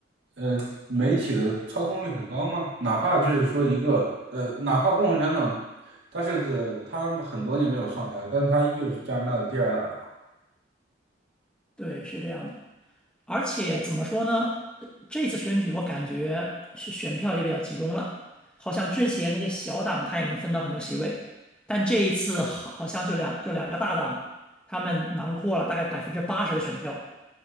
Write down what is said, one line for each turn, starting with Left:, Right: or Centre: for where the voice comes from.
Right: 呃，媒体的操控率很高吗？哪怕就是说一个呃，哪怕共产党党，他是呃，他很多年没有上台了，但他依旧是加拿大的第二大党。
Centre: 对，是这样的。而且怎么说呢？呃这次选举我感觉选选票也比较集中了，好像之前那些小党他也能分到很多席位，但这一次好好像就两就两个大党，他们囊括了大概百分之八十的选票，